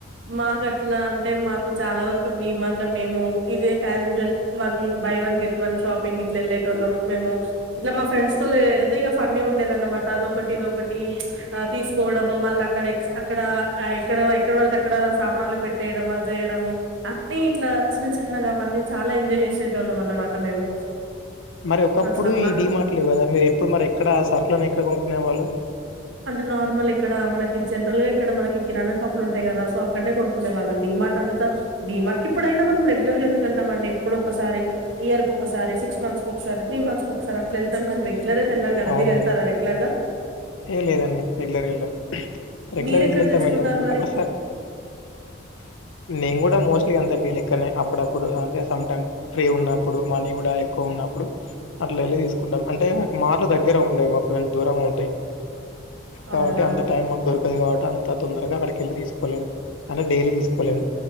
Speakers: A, on the right; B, on the left.
A: మాకు అట్లా అంటే మాకు చాలా వరకు డిమాట్ల మేము ఇదే usual buy one get one షాపింగిట్లా వెళ్ళేటోళ్ళం మేము ఇట్లా మా ఫ్రెండ్స్ తోనెళ్తే ఫన్నీగుండేదన్న అటదోకటి ఇదొకటి అ తీసుకోవడం మళ్ళ అక్కడ అక్కడ ఎక్కడ ఎక్కడవడితే ఎక్కడ సామాన్లు పెట్టేయడం అజేయడము అన్ని ఇట్లా చిన్న చిన్నగా అవన్నీ చాలా ఎంజాయ్ చేసేటొ లమన్నమాట మేము
B: మరి ఒకప్పుడు
A: అట్లా మా
B: ఈ డిమాట్లు లేవ్ కదా మీరు ఎప్పుడు మరి ఎక్కడ ఆ సర్కుల్ని ఎక్కడ కొనుక్కునే వాళ్ళు
A: అంటే నార్మలిక్కడ మనకి జనరల్ గా ఇక్కడ మనకి కిరాణషాపులు ఉంటాయి కదా సో అక్కన్నే కొనుకునే వాళ్ళం డి మాకంతా డిమార్ట్ కిప్పుడైనా మనం రెగ్యులర్గా ఎందుకెళ్తాం అండి ఎప్పుడోకసారి ఇయర్ కొకసారి సిక్స్ సిక్స్ంత్స్ కొకసారి త్రీ మంత్స్ కొకసారి అట్లా ఎతాంగనీ రెగ్లరైతెళ్ళం గదా
B: అవునవును
A: మీరు వెళ్తరా రెగ్లర్గా
B: ఏ లేదండి రెగ్యులరేళ్ళాం రెగ్యులర్
A: మీరెక్కడ
B: ఎట్ల వెళ్తాం
A: తెచ్చుకుంటారు
B: వెళ్ళాం
A: మరి
B: ఒక్కసారి నేను కూడా మోస్ట్లీ అంతే మీ లెక్కనే అప్పుడప్పుడు అంటే సంటైమ్ ఫ్రీ ఉన్నప్పుడు మనీ కూడా ఎక్కువున్న అప్పుడు అట్లా వెళ్ళి తీసుకుంటాం అంటే మాట్లు దగ్గరే ఉండే మాకోం దూరం ఉంటాయి కాబట్టి
A: అవునా
B: అంత టైం మాకు దొరకదు గాబట్టి అంత తొందరగా అక్కడి ఎళ్ళి తీసుకోలేం అంటే డైలీ తీసుకోలేం